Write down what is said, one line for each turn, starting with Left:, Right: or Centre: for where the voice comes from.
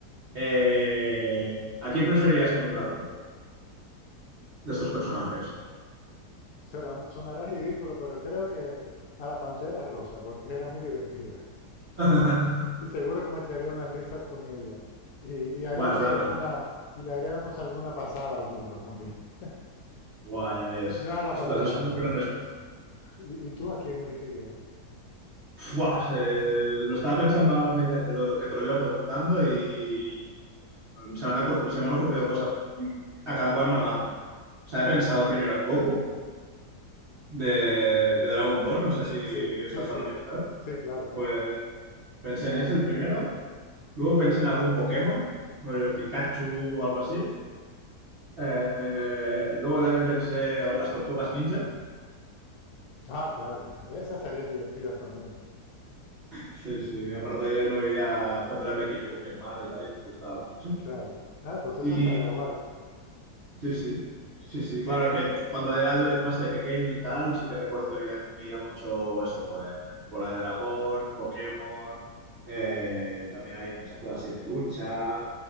Right: Eh, ¿a quién preferirías encontrarte de estos
Left: Mm,
Right: personajes?
Left: será- sonará ridículo, pero creo que a la pantera rosa, porque era muy divertida.
Right: <laughs>
Left: Y seguro que me echaría unas risas con ella. Y, y haríamos
Right: Bueno, es buena
Left: alguna,
Right: respuesta.
Left: y le haríamos alguna pasada a alguno también. <laughs>
Right: Buah, ya ves.
Left: Yo a la
Right: Ostras,
Left: pantera
Right: es
Left: rosa.
Right: muy buena respuesta.
Left: ¿Y, y tú a quién elegirías?
Right: Buah, eh, lo estaba pensando ahora media te lo- que te lo iba preguntando y se me han ocurrido, se me han ocurrido cosas a cada cual más random. O sea, he pensado primero en Goku de, de Dragon Ball, no sé si
Left: Sí, sí,
Right: estás
Left: sí.
Right: familiarizado.
Left: Sí, claro, claro.
Right: Pues pensé en ese el primero, luego pensé en algún Pokémon, rollo Pikachu o algo así. Eh, luego también pensé en las tortugas ninja.
Left: Ah, claro, <laughs> esas serían divertidas también,
Right: Sí, sí, aparte lo veía cuando era pequeño con mi hermano y tal, y nos gustaba mucho.
Left: claro. Ah, pues eso
Right: Y
Left: estaría guay.
Right: Sí, sí, sí, sí, claro, es que cuando era de- más de pequeño y tal, sí que recuerdo que veía, veía mucho eso, eh, Bola de Dragón, Pokémon, eh, también había muchas cosas así de lucha,